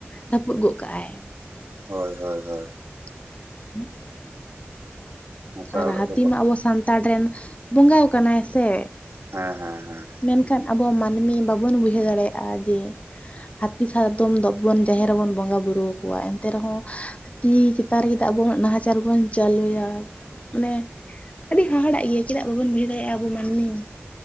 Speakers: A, on the left; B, on the right.
A: ᱨᱟᱹᱯᱩᱫ ᱜᱚᱫ ᱠᱟᱜᱼᱟᱭ ᱾
B: ᱦᱳᱭ, ᱦᱳᱭ ᱦᱳᱭ ᱾
A: ᱪ-ᱚᱜ, ᱷᱩᱸᱜ ᱾
B: ᱦᱟᱥᱟ
A: ᱟᱨ,
B: ᱚᱲᱟᱜ
A: ᱦᱟᱹᱛᱤ
B: ᱨᱮ
A: ᱢᱟ, ᱟᱵᱚ ᱥᱟᱱᱛᱟᱲ ᱨᱮᱱ, ᱵᱚᱸᱜᱟ ᱠᱟᱱᱟᱭ ᱥᱮ?
B: ᱦᱮᱸ, ᱦᱮᱸ, ᱦᱮᱸ ᱾
A: ᱢᱮᱱᱠᱷᱟᱱ ᱟᱵᱚ ᱢᱟᱹᱱᱢᱤ, ᱵᱟᱵᱚᱱ ᱵᱩᱡᱷᱟᱹᱣ ᱫᱟᱲᱮᱭᱟᱜᱼᱟ, ᱡᱮ ᱦᱟᱹᱛᱤ ᱥᱟᱫᱚᱢ, ᱫᱚ ᱵᱚᱱ ᱡᱟᱦᱮᱨ ᱨᱮᱵᱚᱱ, ᱵᱚᱸᱜᱟᱼᱵᱩᱨᱩ ᱟᱠᱚᱣᱟ ᱾ ᱮᱱᱛᱮ ᱨᱮᱦᱚᱸ ᱦᱟᱹᱛᱤ ᱪᱮᱛᱟᱱ ᱨᱮᱜᱮ, ᱟᱵᱚ ᱦᱚᱸ ᱱᱟᱦᱟᱪᱟᱨ ᱵᱚᱱ ᱪᱟᱹᱞᱩᱭᱟ ᱢᱟᱱᱮ, ᱟᱹᱰᱤ ᱦᱟᱦᱟᱲᱟᱜ, ᱤᱭᱟᱹ ᱪᱮᱫᱟᱜ? ᱵᱟᱵᱚᱱ ᱵᱩᱡᱷᱟᱹᱣ ᱫᱟᱲᱮᱭᱟᱜᱼᱟ, ᱟᱵᱚ ᱢᱟᱹᱱᱢᱤ ᱾